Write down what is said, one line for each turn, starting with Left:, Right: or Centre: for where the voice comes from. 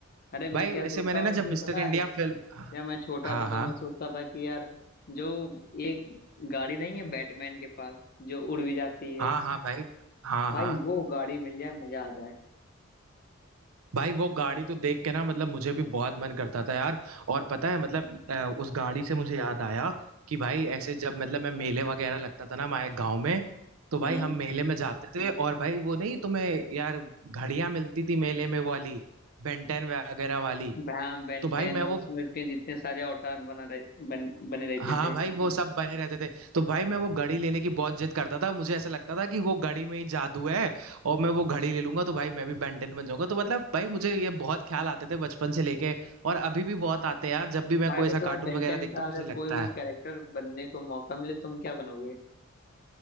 Left: अरे मैं
Right: भाई
Left: क्या सोचता
Right: ऐसे मैंने
Left: हूँ
Right: ना जब
Left: कि
Right: मिस्टर
Left: पता
Right: इंडिया
Left: है
Right: फिल्म
Left: जब मैं छोटा
Right: हाँ
Left: था तो
Right: हाँ
Left: मैं सोचता था कि यार जो एक गाड़ी नहीं है बैटमैन के पास जो उड़ भी जाती है
Right: हाँ हाँ भाई हाँ
Left: भाई
Right: हाँ
Left: वो गाड़ी मिल जाए मजा आ जाए
Right: भाई वो गाड़ी तो देख के ना मतलब मुझे भी बहुत मन करता था यार और पता है मतलब अ, उस गाड़ी से मुझे याद आया कि भाई ऐसे जब मतलब मैं मेले वगैरह लगता था ना हमारे गाँव में तो भाई
Left: हम्म
Right: हम मेले में जाते थे और भाई वो नहीं तुम्हें यार घड़ियां मिलती थी मेले में वो वाली बेंटेन वगैरह वाली
Left: भैम बेंटेन
Right: तो भाई मैं
Left: और
Right: वो
Left: उसमें के जितने सारे अवतार बना रहे बन, बने रहते
Right: हाँ
Left: थे
Right: भाई वो सब बने रहते थे तो भाई मैं वो घड़ी लेने की बहुत जिद करता था मुझे ऐसा लगता था कि वो घड़ी में ही जादू है और मैं वो घड़ी ले लूंगा तो भाई मैं भी बेंटन बन जाऊंगा तो मतलब भाई मुझे ये बहुत ख्याल आते थे बचपन से लेके और अभी भी बहुत आते हैं यार जब भी मैं
Left: भाई
Right: कोई
Left: अगर
Right: ऐसा
Left: तुम्हें
Right: कार्टून
Left: बेंटेन
Right: वगैरह देखता
Left: का
Right: हूँ
Left: अगर
Right: मुझे लगता
Left: कोई भी
Right: है
Left: कैरेक्टर बनने को मौका मिले तुम क्या बनोगे